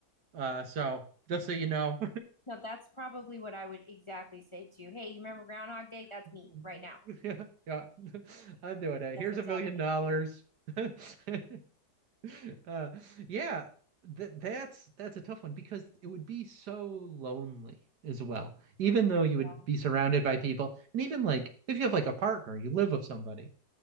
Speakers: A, on the right; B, on the left.
A: Uh, so just so you know,
B: No, that's probably what I would exactly say too. Hey, you remember Groundhog Day? That's
A: <laughs>
B: me right now.
A: yeah, yeah, I'm doing it.
B: That's
A: Here's
B: what's
A: a million
B: happening.
A: dollars. <laughs> <laughs> Uh, yeah, that that's that's a tough one because it would be so lonely as well. Even though you would
B: Yeah.
A: be surrounded by people, and even like if you have like a partner, you live with somebody,